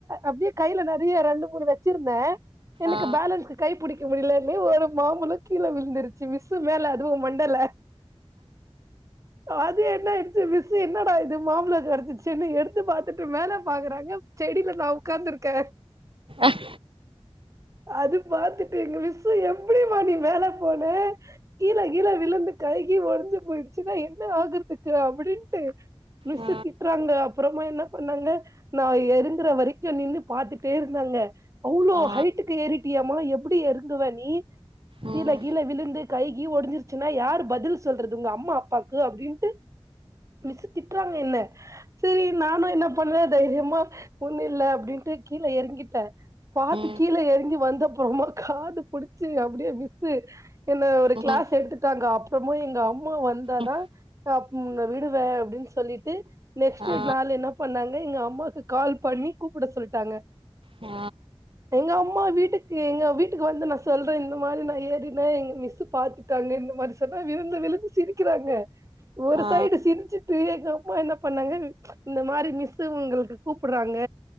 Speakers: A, on the right; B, on the right.
A: அப்டியே கையில நெறய ரெண்டு மூனு வெச்சிருந்தே எனக்கு
B: ஆ
A: பேலன்ஸ்கு கை புடிக்க முடியல்லனு ஒரு மாம்பலோ கீழ விழுந்துடுச்சு மிஸு மேல அதுவு மண்டைல அது என்ன ஆயிடு ச்சு மிஸ் என்னடா இது மாம்பலோ கெடச்சிச்சுன்னு எடுத்து பாத்துட்டு மேல பாக்குறாங்க செடியில நா ஒக்காந்துருக்கே
B: அஹ்
A: அது பாத்துட்டு எங்க மிஸ்ஸு எப்டி மா நீ மேல போன கீழ -கீழ விழுந்து கை கிய்யு ஒட ஞ்சு போயிடுச்சுன்னா என்ன ஆகுறதுக்கு அப்டின்டு மிஸ்ஸு
B: ஆ
A: திட்றாங்க அப்புறமா என்ன பண்ணாங்க நா எறங்ர வரைக்கு நின்னு பாத்துட்டேயிருந்தாங்க அவ்ளோ
B: ஆ
A: ஹைட்டுக்கு ஏரிட்டியேமா எப்டி எறங்குவ நீ
B: ம்
A: கீழ-கீழ விழுந்து கை கீ ஒடஞ்சிடுச்சுன்னா யார் பதில் சொல்றது உங்க அம்மா அப்பாக்கு அப்டின்டு மிஸ்ஸு திட்டுறாங்க என்ன செரி நானு என்ன பண்ண தைரியமா ஒன்னுயில்ல அப்டின்டு கீழ எறங்கிட்டே பாத்து
B: ம்
A: கீழ எறங்கி வந் த போகும்போது காது புடிச்சு அப்டியே மிஸ்ஸு என்ன ஒரு
B: ம்
A: கிளாஸ் எடுத்துட்டாங்க அப் புறமா எங்க அம் மா வந்தாதா
B: ம்
A: அப் ம் உன்ன விடுவே அப்டின்னு சொல்லிட்டு நெக்ஸ்ட்டு
B: ஆ
A: நாளு என்ன பண்ணாங் க எங்க அம்மாக்கு கால் பண்ணி கூப்புட சொல்ட்டாங்க.
B: ஆ
A: எங்க அம்மா வீட்டுக்கு எங்க வீட்டுக்கு வந்து நா சொல்றே இந்த மாரி நா ஏறினே எங்க மிஸ்ஸு பாத்துட்டாங்க இந்த மாரி சொன்னா விழுந்து விழுந்து சிரிக்குறாங்க ஒரு
B: ஆ
A: சைடு சிரிச்சுட்டு எங்க ம்மா என்ன பண்ணாங்க இந்த மாரி மிஸ்ஸு உங்களுக்கு கூப்பட்றாங்க